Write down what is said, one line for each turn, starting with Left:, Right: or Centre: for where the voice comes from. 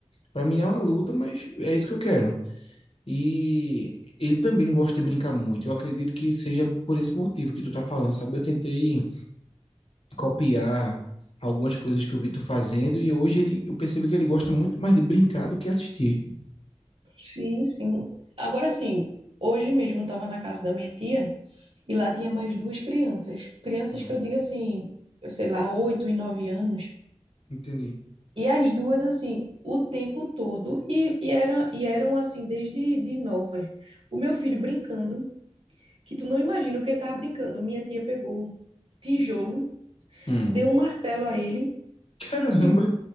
Left: Pra mim é uma luta, mas é isso que eu quero. E ele também gosta de brincar muito. Eu acredito que seja por esse motivo que tu tá falando, sabe? Eu tentei copiar algumas coisas que eu vi tu fazendo e hoje ele, eu percebi que ele gosta muito mais de brincar do que assistir.
Right: Sim, sim. Agora sim, hoje mesmo eu estava na casa da minha tia. E lá tinha mais duas crianças. Crianças
Left: Hum,
Right: que eu digo assim, eu sei lá, oito e nove anos.
Left: entendi.
Right: E as duas, assim, o tempo todo. E, e, eram e eram, assim, desde de novas. O meu filho brincando, que tu não imagina o que ele tava brincando. Minha tia pegou tijolo,
Left: Hum.
Right: deu um martelo a ele
Left: Caramba,
Right: e